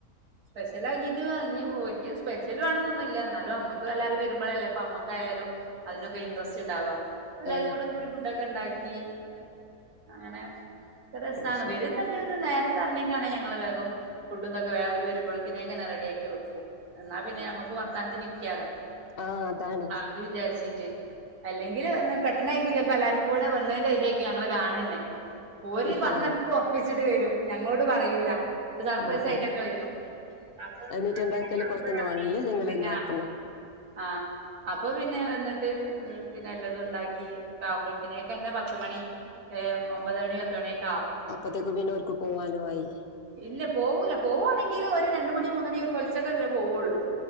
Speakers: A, on the right (about 75°); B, on the left (about 55°).
A: സ്പെഷ്യൽ ആകിട്ടും ഇനി ഓരിക്ക് സ്പെഷ്യൽ വേണം എന്നൊന്നുല്ല എന്നാലും നമ്മുക്ക് എല്ലാവരും വരുമ്പോഴല്ലേ ഇപ്പൊ നമ്മക്കായാലും അതിനൊക്കെ ഇൻ്റസ്റ്റ് ഉണ്ടാവാ എല്ലാരും
B: ആ
A: കൂടെ ഫുഡൊക്കെ ഉണ്ടാക്കി അങ്ങനെ ഒരു രസമാണ്
B: ആ, ശരി
A: വരുന്നുണ്ടെങ്കിൽ നേരത്തെ അറിഞ്ഞിക്കാണെങ്കിൽ ഞങ്ങള് വേഗം ഫുഡും ഇതുമൊക്കെ ഓരു വരുമ്പോഴേക്ക് റെഡിയാക്കി വെക്കും എന്നാ പിന്നെ ഞമ്മക്ക് വർത്താനത്തിന് ഇരിക്കാലോ
B: ആ അതാണ്
A: ആഹ് അത് വിചാരിച്ചിട്ട് അല്ലെങ്കിൽ വന്ന് പെട്ടന്നായിരിക്കും ചിലപ്പോ എല്ലാരും കൂടെ വന്നതിന്റെ ശേഷം ആയിരിക്കും ഞങ്ങള് കാണുന്നത് തന്നെ ഓര്
B: ആ
A: പറഞ്ഞൊക്കെ ഒപ്പിച്ചിട്ട് വരും ഞങ്ങളോട് പറയൂല സർപ്രൈസ്
B: ആ ആ
A: ആയിട്ടൊക്കെ വരും അപ്പം
B: എന്നിട്ട്
A: അങ്ങനെ
B: എന്താക്കല്
A: ഒക്കെ ആകുമ്പോഴാണ്
B: പുറത്തുനിന്ന് വാങ്ങിയല്ലേ നിങ്ങൾ
A: പിന്നെ
B: തന്നെ ആക്കുന്ന
A: ആഹ് അപ്പൊ പിന്നെ വന്നിട്ട് പിന്നെ എല്ലാതും ഉണ്ടാക്കി ആവുമ്പോഴക്കിനൊക്കെ എന്നന്നെ പത്തുമണി ഏഹ് ഒമ്പത് മണി പത്ത് മണിയൊക്കെ
B: അപ്പത്തേക്ക് പിന്നെ ഓർക്ക് പോവാനുമായി
A: ഇല്ല പോവൂല പോവുവാണെങ്കിൽ ഒരു രണ്ട് മണി മൂന്ന് മണി പുലർച്ചക്കൊക്കെ പോവുള്ളൂ